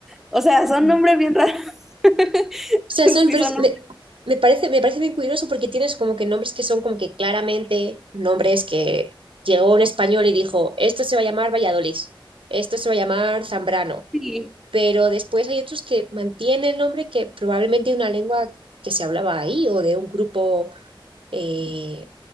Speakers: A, in the centre; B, on the right.
A: O sea,
B: ujú.
A: son nombres bien raros. <laughs>
B: O sea, son,
A: Sí,
B: pero
A: son
B: es-
A: nombres.
B: me, me parece, me parece bien curioso porque tienes como que nombres que son como que claramente nombres que llegó un español y dijo, esto se va a llamar Valladolid, esto se va a llamar Zambrano,
A: Sí,
B: pero después hay otros que mantienen el nombre que probablemente de una lengua que se hablaba ahí o de un grupo eh,